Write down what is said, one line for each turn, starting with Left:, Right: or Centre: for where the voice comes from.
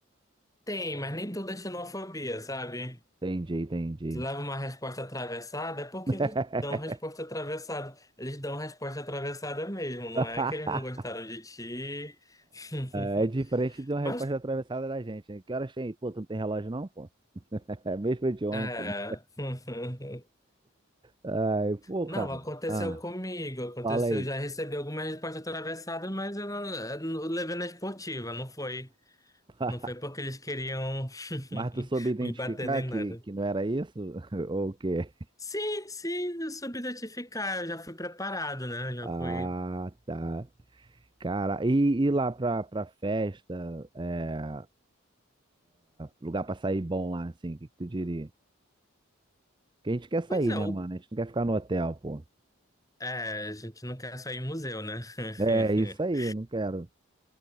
Left: tem, mas nem toda é xenofobia, sabe?
Right: Entendi, entendi.
Left: leva uma resposta atravessada, é porque
Right: <laughs>
Left: eles dão resposta atravessada. Eles dão resposta atravessada mesmo, não
Right: Ah,
Left: é que eles não gostaram de ti. <laughs>
Right: É diferente de uma
Left: Mas,
Right: resposta atravessada da gente, né? Que horas tem? Pô, tu não tem relógio não, pô? <laughs> É mesmo de ontem.
Left: é. <laughs>
Right: Ai, pô,
Left: Não,
Right: cara.
Left: aconteceu
Right: Ah,
Left: comigo, aconteceu.
Right: fala aí.
Left: Eu Já recebi algumas respostas atravessadas, mas eu, não- eu não- levei na esportiva, não foi.
Right: Ah, <laughs>
Left: Não foi porque eles queriam <laughs>
Right: Mas tu soube identificar
Left: me bater nem
Right: que,
Left: nada.
Right: que não era isso? <laughs> Ou o quê?
Left: Sim, sim, eu soube identificar, eu já fui preparado, né? Eu já
Right: Ah,
Left: fui.
Right: tá. Cara, e, e lá pra, pra festa, é, lugar pra sair bom lá, assim, o que, que tu diria? Porque a gente quer sair,
Left: Pois é,
Right: né,
Left: o
Right: mano? A gente não quer ficar no hotel, pô.
Left: É, a gente não quer sair em museu, né?
Right: É,
Left: <laughs>
Right: isso aí, eu não quero.